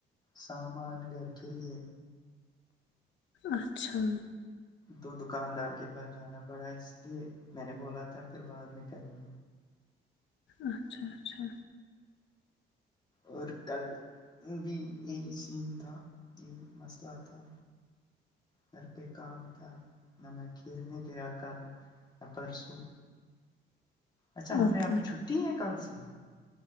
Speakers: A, on the left (about 20°); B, on the left (about 70°).
A: سامان گھر کے لیے
B: اچھا
A: دو دکاندار کے پاس جانا پڑا اس لیے میں نے بولا تھا پھر بعد میں کرنی
B: اچھا اچھا
A: اور کل بھی یہی سین تھا یہی مسئلہ تھا گھر پہ کام تھا ن میں کھیلنے کےیا کل پرسوں اچھا ہمیں
B: اوکے
A: اب چھٹی ہے کل سے